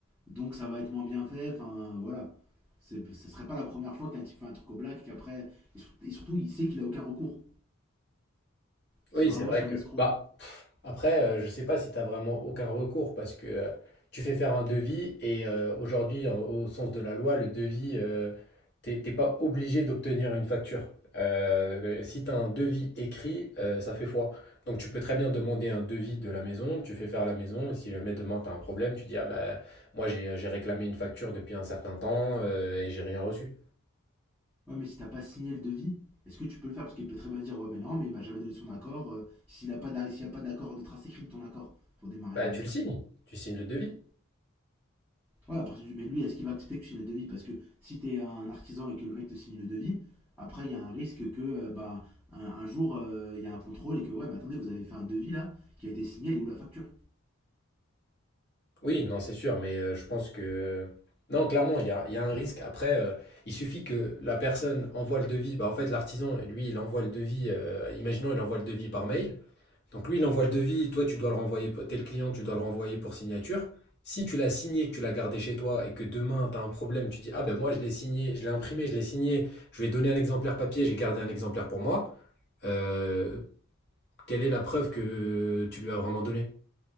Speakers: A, in the centre; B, on the left.
A: donc ça va être moins bien fait, enfin voilà. C'est- Ce serait pas la première fois qu'un type fait un truc au black qu'après. Et, et surtout, il sait qu'il a aucun recours. Si
B: Oui,
A: vraiment
B: c'est vrai
A: c'est
B: que.
A: un escroc.
B: Bah, Après, euh, je sais pas si tu n'as vraiment aucun recours parce que euh, tu fais faire un devis et euh, aujourd'hui, en- au sens de la loi, le devis, euh, t'es t'es pas obligé d'obtenir une facture. Euh, si tu as un devis écrit, euh, ça fait foi. Donc tu peux très bien demander un devis de la maison, tu fais faire la maison et si jamais demain tu as un problème, tu dis Ah bah, moi j'ai j'ai réclamé une facture depuis un certain temps euh, et j'ai rien reçu.
A: Ouais, mais si t'as pas signé le devis, est-ce que tu peux le faire Parce qu'il peut très bien dire Ouais, mais non, mais il m'a jamais donné son accord. euh, S'il a pas s'il a pas d'accord de trace écrite de ton accord pour démarrer
B: Bah
A: la maison.
B: tu le signes, tu signes le devis.
A: Ouais, à partir du. Mais lui, est-ce qu'il va accepter que tu signes le devis Parce que si t'es un artisan et que le mec te signe le devis, après, il y a un risque que, euh, bah, un, un jour, euh, il y a un contrôle et que, ouais, mais attendez, vous avez fait un devis là, qui a été signé, elle est où la facture
B: Oui, non, c'est sûr, mais euh, je pense que... Non, clairement, il y a, il y a un risque. Après, euh, il suffit que la personne envoie le devis. Bah, en fait, l'artisan, lui, il envoie le devis. euh, imaginons, il envoie le devis par mail. Donc lui, il envoie le devis. Toi, tu dois le renvoyer. pour- Tel client, tu dois le renvoyer pour signature. Si tu l'as signé, que tu l'as gardé chez toi et que demain, tu as un problème, tu dis, ah ben moi, je l'ai signé, je l'ai imprimé, je l'ai signé, je vais donner un exemplaire papier, j'ai gardé un exemplaire pour moi. Euh, quelle est la preuve que tu lui as vraiment donné?